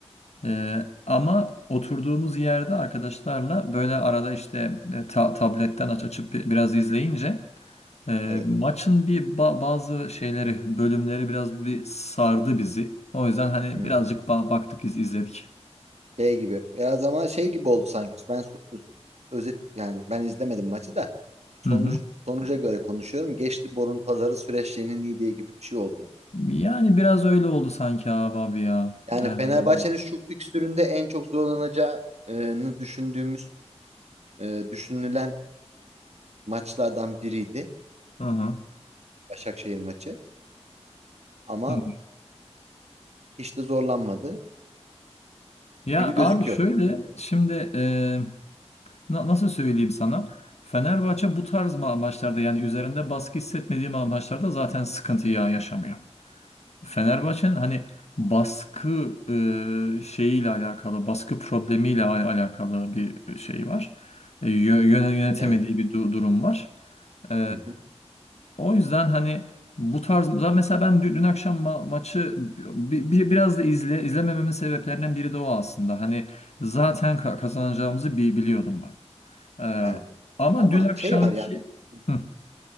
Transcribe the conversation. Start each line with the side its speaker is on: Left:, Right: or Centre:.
Left: Ee, ama oturduğumuz yerde arkadaşlarla böyle arada işte e, ta- tabletten aç açıp bi- biraz izleyince. Ee,
Right: evet.
Left: maçın bir ba- bazı şeyleri, bölümleri biraz bir sardı bizi. O yüzden hani
Right: Hmm.
Left: birazcık ba- baktık, iz izledik.
Right: Şey gibi. Biraz ama şey gibi oldu sanki. Ben su- özet yani ben izlemedim maçı da sonucu
Left: Hı hı.
Right: sonuca göre konuşuyorum. Geçti borun pazarı süreçlerinin iyi diye gibi bir şey oldu yani.
Left: Yani biraz öyle oldu sanki abi, abi ya.
Right: Yani
Left: Ee, hı
Right: Fenerbahçe'nin şu fikstüründe en çok zorlanacağını düşündüğümüz e, düşünülen maçlardan biriydi.
Left: hı.
Right: Başakşehir maçı. Ama
Left: Hı hı.
Right: hiç de zorlanmadı
Left: Ya
Right: gibi gözüküyor.
Left: abi şöyle
Right: Bilmiyorum.
Left: şimdi e, na- nasıl söyleyeyim sana? Fenerbahçe bu tarz ma- maçlarda yani üzerinde baskı hissetmediğim maçlarda zaten sıkıntı ya yaşamıyor. Fenerbahçe'nin hani baskı e, şeyiyle alakalı, baskı problemiyle al- alakalı bir şey var. E, yö- yöne- yönetemediği
Right: Evet.
Left: bir du- durum var. E,
Right: Hı.
Left: o yüzden hani bu tarz mesela ben dü- dün, akşam ma- maçı bi- bi- biraz da izle izlemememin sebeplerinden biri de o aslında. Hani zaten ka- kazanacağımızı bi- biliyordum ben.
Right: Evet.
Left: E, ama
Right: Ama
Left: dün akşamki
Right: şey var ya. Hı hı.
Left: <laughs>